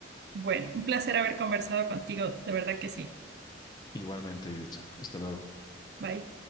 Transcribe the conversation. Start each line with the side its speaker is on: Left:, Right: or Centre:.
Right: Bueno, un placer haber conversado contigo, de verdad que sí.
Left: Igualmente, Editza, hasta luego.
Right: Bye.